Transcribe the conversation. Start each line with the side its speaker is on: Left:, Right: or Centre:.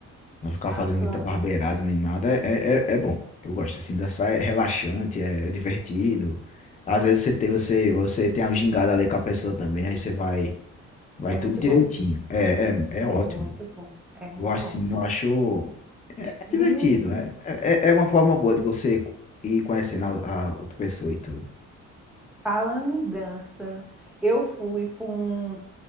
Left: não ficar
Centre: Afro.
Left: fazendo muita barbeirada nem nada. É, é, é bom. Eu gosto assim, dançar é relaxante, é, é divertido. Às vezes você tem, você, você tem a gingada ali com a pessoa também, aí você vai, vai
Centre: É
Left: tudo
Centre: muito
Left: direitinho.
Centre: bom.
Left: É, é,
Centre: É
Left: é ótimo.
Centre: muito bom. É muito
Left: Eu acho
Centre: bom.
Left: assim, eu acho é divertido,
Centre: Menino.
Left: né? É, é é uma forma boa de você ir conhecendo a, a outra pessoa e tudo.
Centre: Falando em dança, eu fui para um,